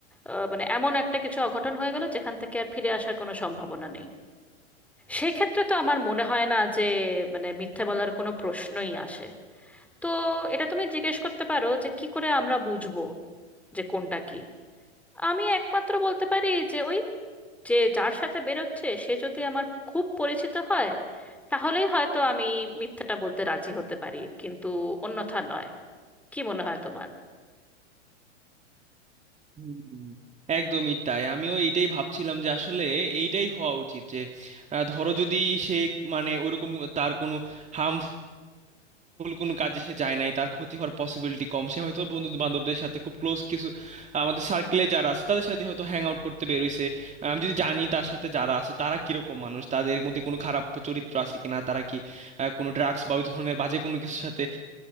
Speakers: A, in the centre; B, on the right (about 20°).
A: আহ, মানে এমন একটা কিছু অঘটন হয়ে গেল যেখান থেকে আর ফিরে আসার কোনো সম্ভাবনা নেই সেক্ষেত্রে তো আমার মনে হয় না যে মানে মিথ্যে বলার কোনো প্রশ্নই আসে তো এটা তুমি জিজ্ঞেস করতে পারো যে কি করে আমরা বুঝবো যে কোনটা কি আমি একমাত্র বলতে পারি যে ওই যে যার সাথে বেরোচ্ছে সে যদি আমার খুব পরিচিত হয় তাহলেই হয়তো আমি মিথ্যাটা বলতে রাজি হতে পারি কিন্তু অন্যথা নয় কি মনে হয় তোমার
B: হুম, একদমই তাই আমিও এইটাই ভাবছিলাম যে আসলে এইটাই হওয়া উচিত যে আহ, ধরো যদি সে মানে ওইরকম তার কোনো হার্মফুল কোনো কাজে সে যায় নাই তার ক্ষতি হওয়ার পসিবিলিটি কম সে হয়তো বন্ধু বান্ধবদের সাথে খুব ক্লোজ কিছু আমাদের সার্কেলে যারা আছে তাদের সাথে হয়তো হ্যাং আউট করতে বেরোইছে আহ, আমি যদি জানি তার সাথে যারা আছে তারা কিরকম মানুষ তাদের মধ্যে কোনো খারাপ চরিত্র আছে কিনা তারা কি আহ, কোনো ড্রাগস বা ওই ধরনের বাজে কোনো কিছুর সাথে